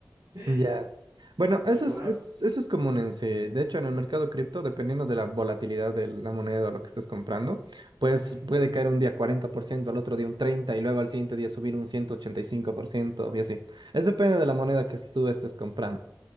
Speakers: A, on the right; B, on the right.
A: <laughs>
B: Ya. Bueno, eso
A: Y qué
B: es,
A: bueno.
B: es- eso es común en sí. De hecho, en el mercado cripto, dependiendo de la volatilidad de la moneda o lo que estés comprando, pues
A: ujú.
B: puede caer un día 40% al otro día un 30% y luego al siguiente día subir un ciento ochenta y cinco por ciento y así. Es depende de la moneda que tú estés comprando.